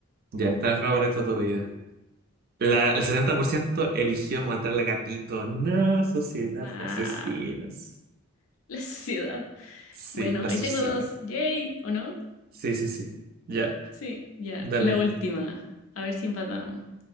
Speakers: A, on the right; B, on the left.
A: Ya, estar enfermo por el resto de tu vida. La, el 70% eligió matar al gatito. No, sociedad
B: ¡Guau!
A: de asesinos.
B: <laughs> La ciudad.
A: Sí,
B: Bueno,
A: la
B: ahí
A: sociedad.
B: tengo dos. ¡Yay! ¿O no?
A: Sí, sí, sí. Ya,
B: Sí, ya.
A: dale.
B: La última. A ver si empatamos.